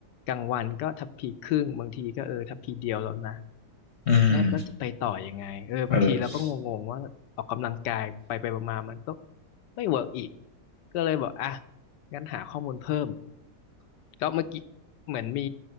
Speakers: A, on the left; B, on the left.
A: กลางวันก็ทัพพีครึ่งบางทีก็เออทัพพีเดียวแล้วนะ
B: อืม
A: แล้วแล้วจะไปต่อยังไงเออบางทีเราก็งงๆว่าออกกำลังกายไปไปมาๆมันก็
B: เออ
A: ไม่เวิร์กอีกก็เลยบอกอ่ะงั้นหาข้อมูลเพิ่มก็เมื่อกี้เหมือนมี